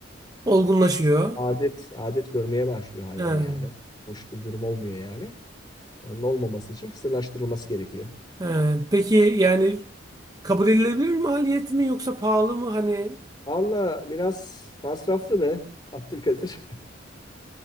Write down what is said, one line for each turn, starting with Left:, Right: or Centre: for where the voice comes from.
Right: Olgunlaşıyor.
Left: adet adet görmeye başlıyor hayvan
Right: He.
Left: yani. Hoş bir durum olmuyor yani. E, Onun olmaması için kısırlaştırılması gerekiyor.
Right: He. Peki yani kabul edilebilir maliyet mi yoksa pahalı mı hani
Left: Valla biraz masraflı be Abdülkadir.